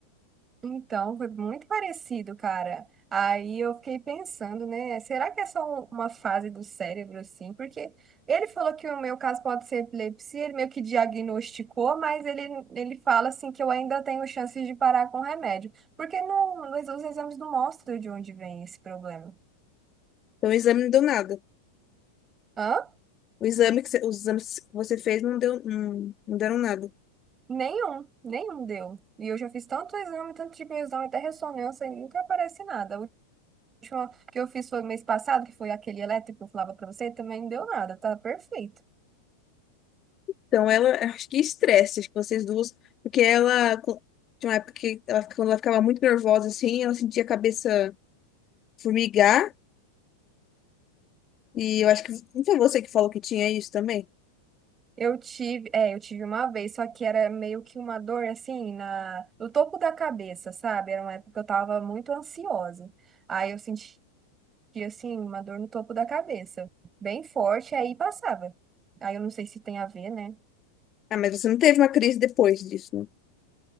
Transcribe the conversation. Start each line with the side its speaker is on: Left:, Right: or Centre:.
Right: Então, foi muito parecido, cara. Aí eu fiquei pensando, né? Será que é só um- uma fase do cérebro, assim? Porque ele falou que o meu caso pode ser epilepsia, ele meio que diagnosticou, mas ele, ele fala, assim, que eu ainda tenho chances de parar com o remédio. Porque não, mas os exames não mostram de onde vem esse problema.
Left: Então, o exame não deu nada.
Right: Hã?
Left: O exame que você, os exames que você fez não deu, não, não deram nada.
Right: Nenhum, nenhum deu. E eu já fiz tanto exame, tanto tipo de exame, até ressonância, e nunca aparece nada. última que eu fiz foi mês passado, que foi aquele elétrico que eu falava pra você, também não deu nada, tá perfeito.
Left: Então, ela, acho que estresse, acho que vocês duas, porque ela, co- tinha uma época que ela, quando ela ficava muito nervosa, assim, ela sentia a cabeça formigar, e eu acho que não foi você que falou que tinha isso também?
Right: Eu tive, é, eu tive uma vez, só que era meio que uma dor assim na, no topo da cabeça, sabe? Era uma época que eu tava muito ansiosa. Aí eu sentia assim uma dor no topo da cabeça, bem forte, aí passava. Aí eu não sei se tem a ver, né?
Left: Ah, mas você não teve uma crise depois disso, né?